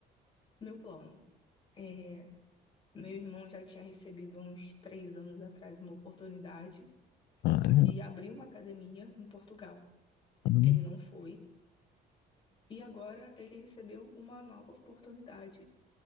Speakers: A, on the left (about 30°); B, on the left (about 85°).
A: meu plano. É, meu irmão já tinha recebido há uns três anos atrás uma oportunidade
B: Ah, é
A: de abrir uma academia em Portugal.
B: hum,
A: Ele não foi, E agora ele recebeu uma nova oportunidade,